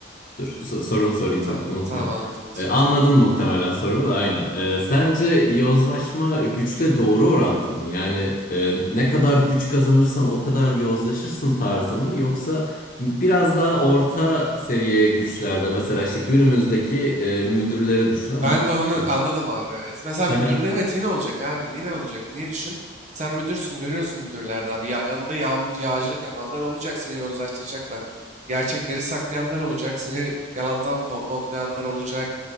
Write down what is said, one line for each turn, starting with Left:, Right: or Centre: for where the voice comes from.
Left: Dur so- sorumu sorayım
Right: Tamam.
Left: bak unutma.
Right: Tamam anladım ne soracağını.
Left: Ee, anladın muhtemelen sorumu da aynen. Ee, sence yozlaşma güçle doğru orantılı mı? Yani e, ne kadar güç kazanırsan o kadar yozlaşırsın tarzı mı? Yoksa biraz daha orta seviye güçlerde mesela işte günümüzdeki e, müdürleri düşün ama...
Right: Ben de onu
Left: e,
Right: anladım abi. Evet. Mesela müdürde
Left: <laughs>
Right: evet yine olacak abi. Yine olacak. Niye düşün? Sen müdürsün görüyorsun müdürlerden abi. Ya, yanında yağm yağcılık yapanlar olacak. Seni yozlaştıracaklar. Gerçekleri saklayanlar olacak. Seni yalandan potlayanlar olacak.